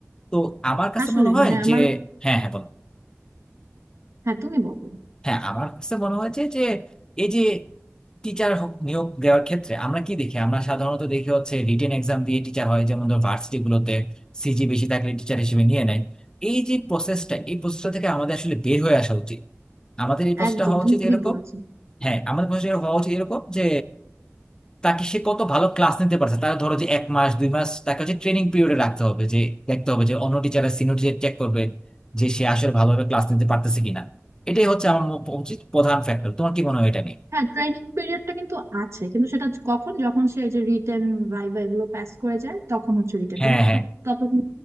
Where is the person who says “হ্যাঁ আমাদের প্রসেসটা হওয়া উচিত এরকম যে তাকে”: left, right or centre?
Left